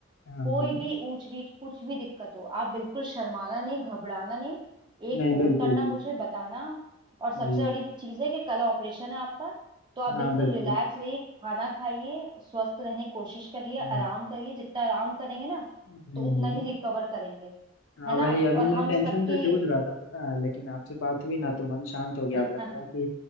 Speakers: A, on the left; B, on the right.
A: हाँ
B: कोई
A: हाँ
B: भी ऊंच नीच कुछ भी दिक्कत हो आप बिल्कुल शर्माना नहीं घबराना नहीं एक
A: नहीं
B: फोन
A: बिल्कुल
B: करना
A: भी
B: मुझे
A: नहीं
B: बताना और सबसे
A: जी
B: बड़ी चीज है कि कल ऑपरेशन है आपका तो आप
A: हाँ
B: बिल्कुल
A: बिल्कुल
B: रिलैक्स रहिए खाना खाइए स्वस्थ रहने की कोशिश करिए
A: हम्म।
B: आराम करिए जितना आराम करेंगे ना
A: हम्म
B: तो उतना
A: हम्म।
B: ही रिकवर करेंगे
A: हाँ
B: है ना
A: वही अभी
B: और
A: मैं
B: हम
A: टेंशन
B: सबकी
A: से जूझ रहा था पता है लेकिन आपसे बात हुई ना तो मन शांत हो गया
B: <laughs>
A: अब लगता है कि